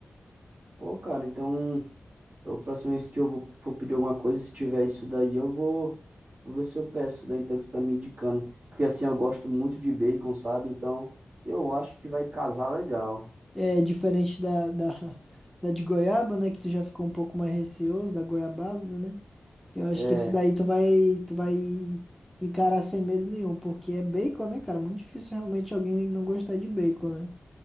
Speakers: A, on the right; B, in the centre.
A: Pô, cara, então. É A próxima vez que eu vou- for pedir alguma coisa, se tiver isso daí, eu vou, vou ver se eu peço isso daí, então, que você tá me indicando. Porque assim, eu gosto muito de bacon, sabe? Então, eu acho que vai casar legal.
B: É diferente da, da, <laughs> da de goiaba, né? Que tu já ficou um pouco mais receoso, da goiabada, né? Eu acho
A: É,
B: que esse daí tu vai, tu vai encarar sem medo nenhum, porque é bacon, né, cara? Muito difícil realmente alguém não gostar de bacon,